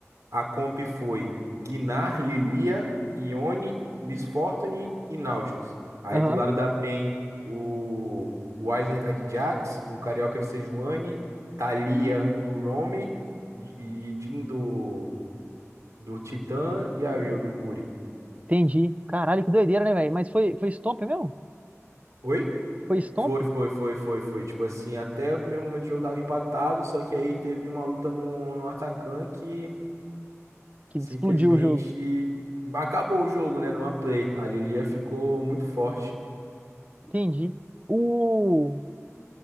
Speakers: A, on the right; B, on the right.
A: A comp foi Gnar, Lilia, Ione, Miss Fortune e Nautilus. Aí
B: Aham.
A: do lado da PEN, o o Weiser tá de Jax, o Carioca de Sejuani, Thalia do Roam e Jhin do, do Titã e a Rio do Curi.
B: Entendi. Caralho, que doideira, né, velho? Mas foi, foi Stomp mesmo?
A: Oi?
B: Foi Stomp
A: Foi, foi, foi, foi, foi. Tipo assim, até o primeiro momento do jogo tava empatado, só que aí teve uma luta no, no Atacan que
B: que
A: simplesmente
B: explodiu o jogo.
A: acabou o jogo, né? Numa play. A Lilia ficou muito forte.
B: Entendi. O,